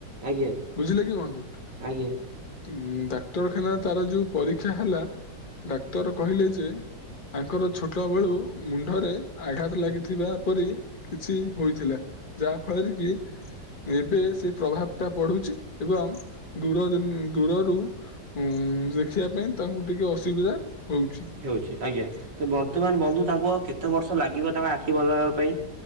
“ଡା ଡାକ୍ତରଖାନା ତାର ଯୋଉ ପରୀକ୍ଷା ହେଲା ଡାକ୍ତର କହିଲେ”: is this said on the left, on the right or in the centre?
Left